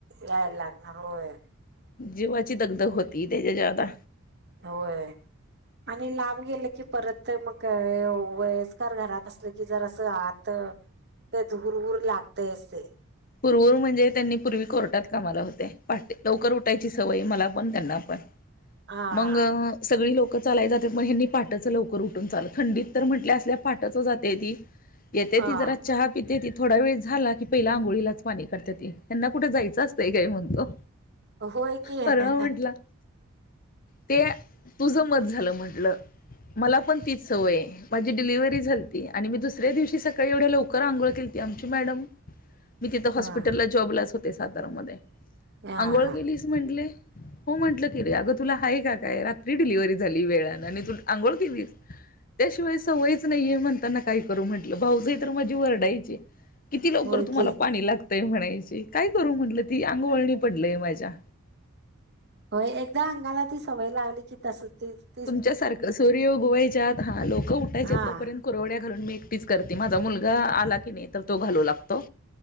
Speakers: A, on the right (about 55°); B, on the left (about 40°).
A: याय लागणार होय.
B: जीवाची दगदग होती त्याच्या जदा
A: होय. आणि लांब गेलं की परत मग वयस्कर घरात असलं की जर अस आत तर ते धुरहूर लागते असते
B: पूर्वहुर म्हणजे त्यांनी पूर्वी कोर्टात कामाला होते पा लवकर उठायची सवय मला पण त्यांना पण
A: हा हा
B: मग सगळी लोकं चालाय जातात मग ह्यानी पाटाच लवकर उठून चाललं थंडी तर म्हटल्या असल्या पाटाच जातेती. येते
A: हा
B: ती जरा चहा पिते ती थोडा वेळ झाला की पहिला आंघोळी ला करते ते त्यांना कुठे जायचं असतंय काय म्हणतो
A: होय की हा
B: परवा म्हटला ते तुझं मत झालं म्हटलं मला पण तीच सवय आहे. माझी डिलिव्हरी झालती आणि मी दुसऱ्या दिवशी सकाळी एवढ्या लवकर आंघोळ केलीती आमची मॅडम मी तिथं हॉस्पिटलला
A: हा
B: जॉब लाच होते सातारण मध्ये
A: हा
B: अंघोळ
A: हा
B: केली. म्हटले हो म्हटल केली अग तुला आहे का काय रात्री डिलिव्ही झाली वेळान आणि तू आंघोळ केलीस. त्या शिवाय सवयच नाहीये म्हणताना काय करू म्हटलं भाऊ जाई तर माझी वरडायची किती लवकर
A: होय
B: तुम्हाला
A: की
B: पाणी लागतंय म्हणायचे काय करू म्हटलं ती अंगवळणी पडलय माझ्या.
A: होय, एकदा अंगाला ती सवय लागली की तस ते
B: तुमच्या सारखं... सूर्य ऊगवायच्या आत... हा... लोकं उठायच्या
A: हा
B: तो पर्यंत कुरवड्या घरून मी एकटीच करते... माझा मुलगा आला की नई... तर तो घालू लागतो